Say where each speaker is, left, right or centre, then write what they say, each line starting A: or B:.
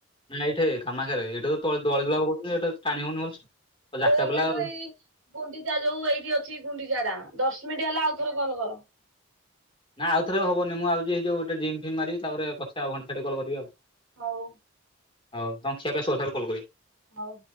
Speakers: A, on the left; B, on the right.
A: ନାଁ ଏଇଠି କାମାକ୍ଷାରେ। ଏଇଟେ ତ ଦଳିଦୁଳା ପକଉଛନ୍ତି ଏଇଟେ ଟାଣିହଉନି ଭଲସେ। ଆଉ ଜାକା
B: ଏଇଟା
A: ପିଲା ଆଉ।
B: ଯୋଉ ଏଇ ଗୁଣ୍ଡିଚା ଯୋଉ ଏଇଠି ଅଛି ଗୁଣ୍ଡିଚାଟା। ଦଶ ମିନିଟି ହେଲା ଆଉ ଥରେ କଲ୍ କର।
A: ନାଇଁ ଆଉଥରେ ହବନି। ମୁଁ ଆଉଚି ହେଇ ଯଉ ଗୋଟେ ଜିମ୍ ଫିମ୍ ମାରିବି ତାପରେ ପଛେ ଆଉ ଘଣ୍ଟେ ଛାଡ଼ି କଲ୍ କରିବି ଆଉ।
B: ହଉ।
A: ହଉ ତମ ଖିଆପିଆ ସରୁ କଲ୍ କରିିବି।
B: ହଉ।